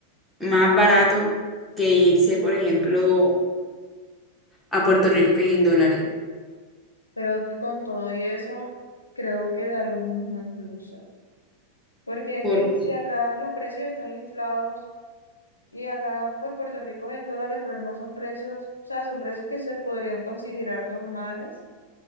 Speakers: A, in the centre; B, on the left (about 80°).
A: más barato que irse, por ejemplo, a Puerto Rico, que es en dólares.
B: Pero con todo y eso, creo que da lo mismo incluso. Porque es
A: Porque,
B: que si acá los precios están inflados y acá pues Puerto Rico es en dólares, pero no son precios, o sea, son precios que se podrían considerar normales.